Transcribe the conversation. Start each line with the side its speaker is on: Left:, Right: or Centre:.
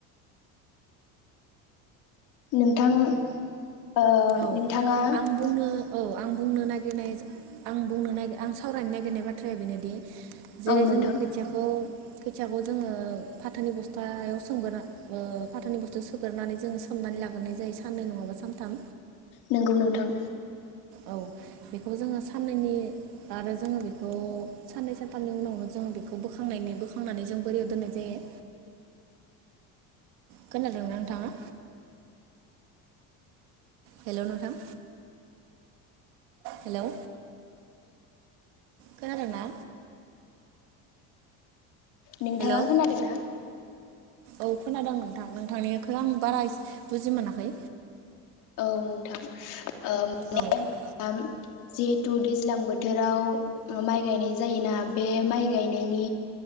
Left: नोंथां ओ
Right: औ
Left: नोंथाङा
Right: आं बुंनो औ आं बुंनो नागिरनाय आं बुंनो ना आं सावरायनो नागिरनाय बाथ्राया बेनोदि जेरै
Left: औ नोंथां
Right: जोङो खोथियाखौ खोथियाखौ जोङो फाथोनि बस्थायाव सोमगोरोना ओ फाथोनि बस्थायाव सोगोरानै जोङो सोमनानै लाग्रोनाय जायो साननै नङाबा सानथाम
Left: नंगौ नोंथां
Right: औ बेखौ जोङो साननैनि आरो जोङो बेखौ साननै सानथामनि उनावनो जोङो बेखौ बोखांनायनि बोखांनानै जों बोरियाव दोननाय जायो। खोनादोंना नोंथाङा हेल' नोंथां हेलौ खोनादों ना?
Left: नोंथाङा
Right: हेलौ
Left: खोनादों ना?
Right: औ खोनादों नोंथां नोंथांनिखौ आं बारासे बुजि मोनाखै
Left: औ नों थां ओ
Right: औ-औ
Left: माने जिहेतु दैज्लां बो थोराव माइ गायनाय जायोना बे माइ गायनायनि